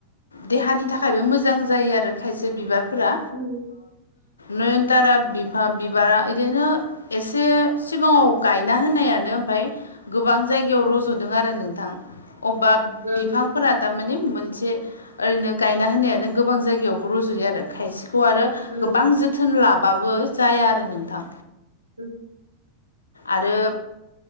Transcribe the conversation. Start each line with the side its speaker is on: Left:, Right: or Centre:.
Left: देहानि थाखायबो मोजां जायो आरो खायसे बिबार फोरा‌
Right: उम
Left: नयनतारा बिफा बिबारा बिदिनो एसे सिगाङाव गायना होनायानो ओमफ्राय गोबां जायगायाव रज'दों आरो नोंथां अबेबा
Right: उम
Left: बिफां फोरा थारमाने मोनसे ओरैनो गायना होनायानो गोबां जायगायावबो रज'यो आरो खायसेखौ आरो
Right: उम
Left: गोबां जोथोन लाबाबो जाया आरो नोंथां।
Right: उम
Left: आरो